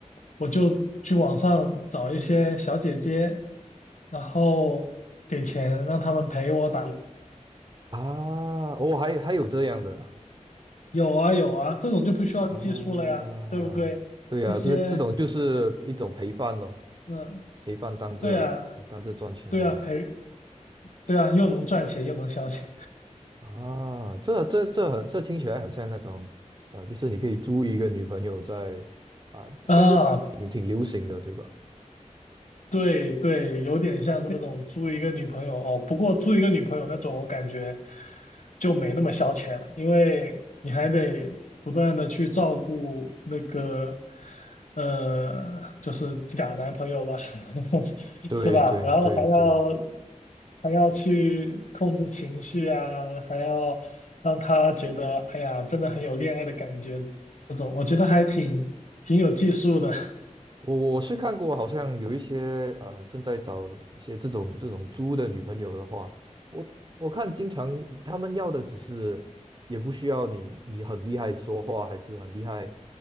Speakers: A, on the left (about 70°); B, on the right (about 35°).
A: 我就去网上找一些小姐姐，然后给钱让他们陪我打。
B: 啊？哦，还还有这样的
A: 有啊有啊，这种就不需要技术了呀，
B: 啊，
A: 对不对？
B: 对呀，
A: 那些，
B: 这这种就是一种陪伴咯，
A: 嗯、
B: 陪伴当这当这赚钱的
A: 对啊，对啊，陪，对啊，又能赚钱又能消遣。
B: 啊，这这这很这听起来很像那种，呃，就是你可以租一个女朋友在啊，
A: 啊，
B: 在日本挺挺流行的，对吧？
A: 对对，有点像那种租一个女朋友哦。不过租一个女朋友那种，我感觉就没那么消遣了，因为你还得不断的去照顾那个，呃，就是假男朋友吧，<laughs>
B: 对对对对。
A: 是吧？然后还要还要去控制情绪啊，还要让他觉得，哎呀，真的很有恋爱的感觉，这种我觉得还挺挺有技术的，
B: 我我是看过，好像有一些呃正在找一些这种这种猪的女朋友的话，我我看经常他们要的只是也不需要你你很厉害说话，还是很厉害，